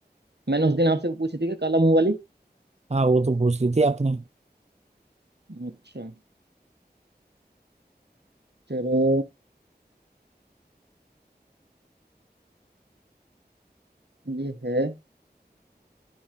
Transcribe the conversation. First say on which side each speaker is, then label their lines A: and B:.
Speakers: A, on the right; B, on the right.
A: मैंने उस दिन आपसे वो पूछी थी कि काला मुंह वाली
B: हाँ वो तो पूछ ली थी आपने
A: अच्छा चलो ये है